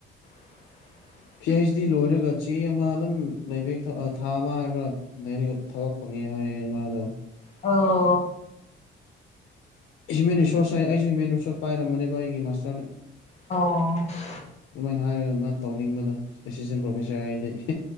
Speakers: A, on the left (about 30°); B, on the left (about 75°).
A: <inaudible>
B: ꯄꯤ ꯍꯩꯁ ꯗꯤ ꯂꯣꯏꯔꯒ ꯆꯦ ꯑꯃ ꯑꯗꯨꯝ ꯂꯩꯕꯦꯛ ꯊꯥ ꯑꯃ ꯍꯥꯏꯕ꯭ꯔꯥ꯫ ꯂꯩꯔꯒ ꯊꯕꯛ ꯐꯪꯉꯦ ꯍꯥꯏꯌꯦ ꯃꯥꯗꯣ꯫
A: ꯑꯣ꯫
B: ꯍ꯭ꯌꯨꯃꯦꯟ ꯔꯤꯁꯣꯔꯁ ꯍꯥꯏ ꯑꯩꯁꯨ ꯍ꯭ꯌꯨꯃꯦꯟ ꯔꯤꯁꯣꯔꯁ ꯄꯥꯏꯔꯝꯕꯅꯦꯕ ꯑꯩꯒꯤ ꯃꯥꯁꯇ꯭ꯔꯗ꯫
A: ꯑꯣ꯫
B: ꯑꯗꯨꯃꯥꯏꯅ ꯍꯥꯏꯔꯒ ꯃꯥ ꯇꯧꯅꯤꯡꯕꯗꯣ ꯑꯦꯁꯤꯁꯇꯦꯟ ꯄ꯭ꯔꯣꯐꯦꯁꯥꯔ ꯍꯥꯏꯗꯤ꯫